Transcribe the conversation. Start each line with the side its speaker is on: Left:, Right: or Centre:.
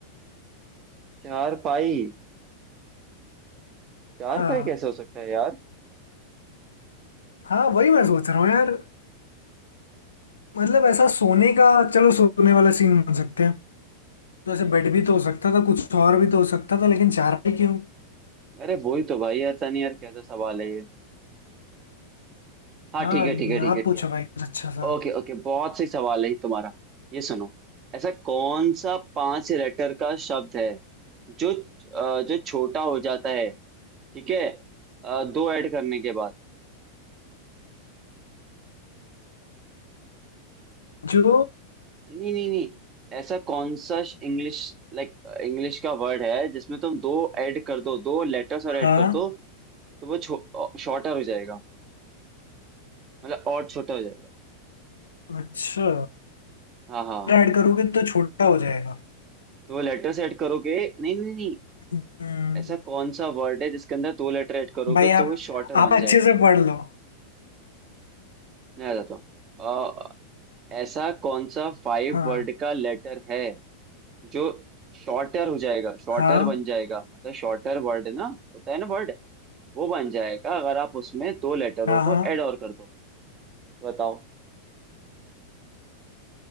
Right: चार पाई चार
Left: हाँ
Right: पाई कैसे हो सकता है यार
Left: हाँ वही मैं सोच रहा हूँ यार मतलब ऐसा सोने का चलो सोने वाला सीन बन सकते हैं तो ऐसे बेड भी तो हो सकता था कुछ और भी तो हो सकता था लेकिन चार पाई क्यों
Right: अरे वही तो भाई यार तनी यार कैसा सवाल है ये हाँ
Left: हाँ
Right: ठीक है ठीक है ठीक
Left: आप
Right: है ठीक
Left: पूछो
Right: है
Left: भाई कुछ अच्छा सा
Right: ओके ओके बहुत सही सवाल है ये तुम्हारा ये सुनो ऐसा कौन सा पांच लेटर का शब्द है जो अ, जो छोटा हो जाता है ठीक है अ, दो ऐड करने के बाद
Left: जो
Right: नहीं नहीं नहीं ऐसा कौन सा इंग्लिश लाइक इंग्लिश का वर्ड है जिसमें तुम दो ऐड कर दो दो लेटर्स और ऐड
Left: हाँ
Right: कर दो तो वो छो, शॉर्टर हो जाएगा मतलब और छोटा हो जाएगा
Left: अच्छा
Right: हाँ हाँ
Left: ऐड करोगे तो छोटा हो जाएगा
Right: दो लेटर्स ऐड करोगे नहीं नहीं नहीं
Left: हम्म,
Right: ऐसा कौन सा वर्ड है जिसके अंदर दो लेटर ऐड करोगे
Left: भाई
Right: तो
Left: आप
Right: वो शॉर्टर बन
Left: आप अच्छे
Right: जाएगा
Left: से पढ़ लो
Right: मैं बताता हूँ अ, ऐसा कौन सा फाइव
Left: हाँ
Right: वर्ड का लेटर है जो शॉर्टर हो जाएगा शॉर्टर
Left: हाँ
Right: बन जाएगा मतलब शॉर्टर वर्ड ना होता है ना वर्ड वो बन जाएगा अगर आप उसमें दो लेटरों
Left: हाँ
Right: को
Left: हाँ
Right: ऐड और कर दो बताओ